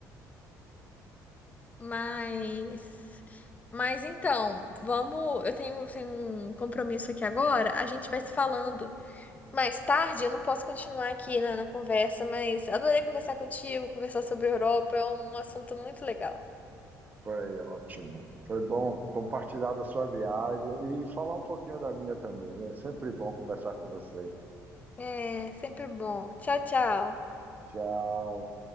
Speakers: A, on the left; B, on the right.
A: Mas, mas então, vamos. Eu tenho, tenho um compromisso aqui agora. A gente vai se falando mais tarde. Eu não posso continuar aqui na, na conversa, mas adorei conversar contigo, conversar sobre a Europa. É um assunto muito legal.
B: Foi ótimo. Foi bom compartilhar da sua viagem e falar um pouquinho da minha também. É sempre bom conversar com você.
A: É, sempre bom. Tchau, tchau.
B: Tchau.